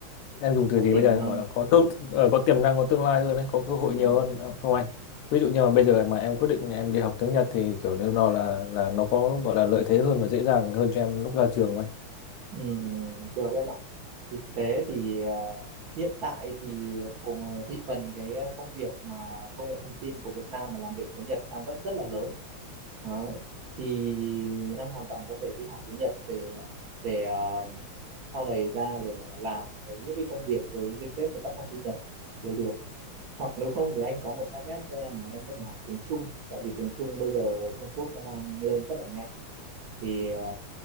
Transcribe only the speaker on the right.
và
tiềm
năng
tiềm
năng
ừ. được em ạ thực tế thì ờ, hiện tại thì cùng thị phần cái công việc mà công nghệ thông tin của Việt Nam mà làm việc với Nhật đang vẫn rất là lớn Đấy. Thì em hoàn toàn có thể đi học tiếng Nhật để để ờ, sau này ra để làm với những cái công việc với liên kết với các công ty Nhật đều được. Hoặc nếu không thì anh có một target cho em là em có thể học tiếng Trung tại vì tiếng Trung bây giờ Trung Quốc nó đang lên rất là nhanh thì ờ,